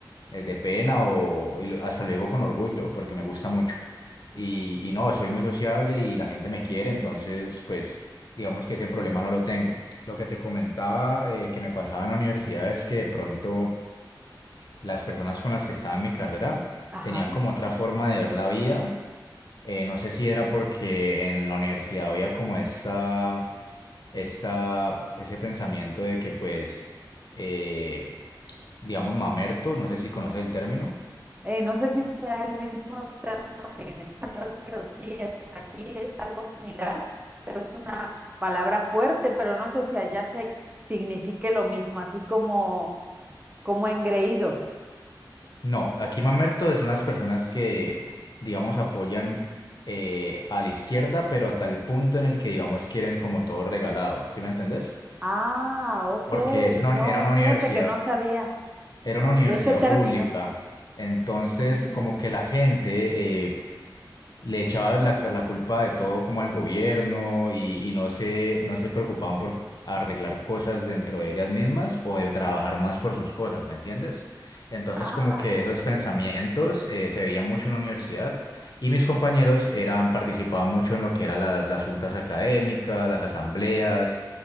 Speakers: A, on the left; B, on the right.
A: eh, de pena o y lo- hasta lo digo con orgullo, porque me gusta mucho. Y,
B: ajá,
A: y no, soy muy sociable y la gente me quiere, entonces pues digamos que ese problema no lo tengo. Lo que te comentaba eh, que me pasaba en la universidad es que de pronto las personas con las que estaba en mi carrera
B: ajá.
A: tenían como otra forma de ver la vida. Eh, no sé si era porque en la universidad había como esta, esta, ese pensamiento de que pues, eh, digamos, mamerto, no sé si conoces el término.
B: Eh, no sé si sea el mismo término que en español, pero sí es, aquí es algo similar, pero es una palabra fuerte, pero no sé si allá se signifique lo mismo, así como, como engreído.
A: No, aquí mamerto son las personas que, digamos, apoyan eh, a la izquierda, pero a tal punto en el que, digamos, quieren como todo regalado, ¿sí me entendés?
B: Ah, ok.
A: Porque es una,
B: No,
A: uni- era una
B: fíjate
A: universidad.
B: que no sabía.
A: era una universidad
B: de ese término.
A: pública, entonces
B: Ujú,
A: como que la gente eh, le echaba la, ca- la culpa de todo como al gobierno y, y no se, no se preocupaban por arreglar cosas dentro de ellas mismas o de trabajar más por sus cosas, ¿me entiendes? Entonces
B: Ah,
A: como que
B: entiendo.
A: esos pensamientos eh, se veían mucho en la universidad y mis compañeros eran, participaban mucho en lo que eran las, las juntas académicas, las asambleas